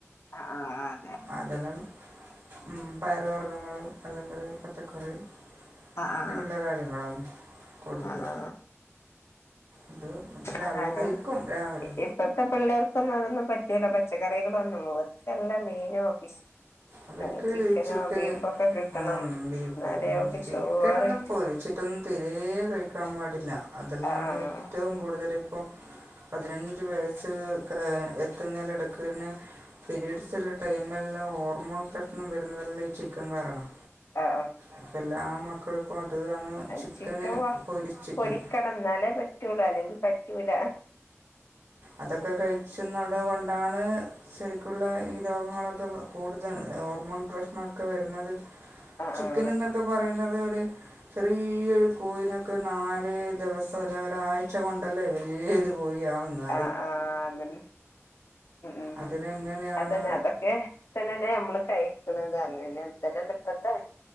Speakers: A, on the left; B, on the right.
A: ആ ആ ആ
B: അതെല്ലാം ഉം പയറ് വർഗ്ഗങ്ങളും അല്ലെങ്കിൽ പച്ചക്കറി
A: ആ ആ
B: അങ്ങനെയുള്ള കാര്യങ്ങളാണ് കൊടുക്കുക
A: ആ ആ
B: ഇത് രാവിലെ
A: അത അങ്ങനെ
B: കഴിക്കും രാവിലെ
A: ഇപ്പത്തെ പിള്ളേർക്കൊന്നും അതൊന്നും പറ്റൂല പറ്റു പച്ചക്കറികളൊന്നും <unintelligible> മീനോ ഫിഷ്
B: അവർക്ക്
A: ചിക്കനോ
B: ചിക്കന്
A: ബീഫോ ഒക്കെ കിട്ടണം
B: ഉം ബീഫ്
A: എന്നാലേ
B: ഉം
A: ഓക്ക്
B: ചിക്കനൊന്നും
A: ചോറ്
B: പൊരിച്ചിട്ടൊന്നും തീരെ കഴിക്കാൻ പാടില്ല അതെല്ലാണ്
A: ആ ആ
B: ഏറ്റവും കൂടുതല് പതിനഞ്ച് വയസ് എത്തുന്നെന്റെ ഇടക്കെ തന്നെ പിരീഡ്സ് ഉള്ള ടൈമെല്ലാം ഹോ മോൺ പ്രശ്നം വരുന്നു ഇതെല്ലാം ഈ ചിക്കൻ കാരണം
A: ആ
B: <unintelligible> <unintelligible>
A: ആ
B: ചിക്കന്
A: ചിക്കൻ വ
B: പൊരിച്ചിട്ട്
A: പൊരിക്കണം എന്നാലേ പറ്റുള്ളു അല്ലെങ്കി പറ്റൂല
B: അതൊക്കെ കഴിച്ചേന്ന അതുകൊണ്ടാണ് ശരിക്കുള്ള ഈ രോഗങ്ങളൊക്കെ കൂടുതൽ ഹോർമോൺ പ്രശ്നമൊക്കെ വരുന്നത്
A: ആ
B: ചിക്കൻ
A: ആ
B: എന്നൊക്കെ പറയുന്നത് ഒരു ചെറിയൊരു കോഴിനൊക്കെ നാല് ദിവസം അല്ല ഒരാഴ്ച കൊണ്ടല്ലേ വലിയൊരു കോഴി ആകുന്നത്
A: ആ ആ അതെ ഉം
B: അതിനെങ്ങനെയാണ്
A: അതന്നെ അതൊക്കെ തന്നെല്ലേ നമ്മള് കഴി അങ്ങനെ അങ്ങനെ തന്നല്ല ഇപ്പത്തെ